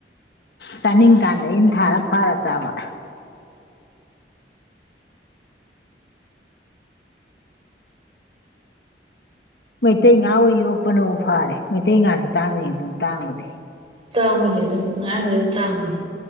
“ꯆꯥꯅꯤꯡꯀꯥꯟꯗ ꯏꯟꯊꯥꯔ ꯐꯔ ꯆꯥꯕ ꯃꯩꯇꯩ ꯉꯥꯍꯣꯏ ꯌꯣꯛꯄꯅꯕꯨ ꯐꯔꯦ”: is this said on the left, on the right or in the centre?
Left